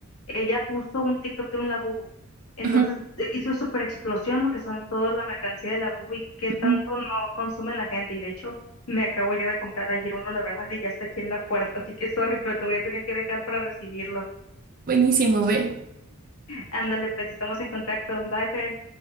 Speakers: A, on the left; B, on the right.
A: ella puso un TikTok de un labubu. Entonces
B: ujú.
A: eh, hizo súper explosión lo que son toda la mercancía de labubu y qué
B: ujú.
A: tanto no consume la gente. Y de hecho, me acabo yo de comprar ayer uno, la verdad, y ya está aquí en la puerta. Así que sorry, pero te voy a tener que dejar para recibirlo.
B: Buenísimo, ve.
A: Ándale, pues estamos en contacto. Bye, Fer.